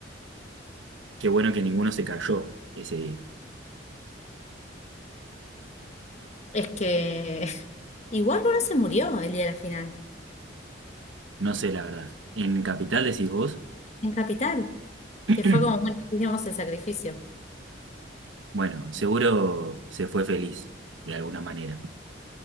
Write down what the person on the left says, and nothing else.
Es que <laughs> igual uno se murió el día de la final,
en Capital,
que fue como, bueno, hicimos el sacrificio.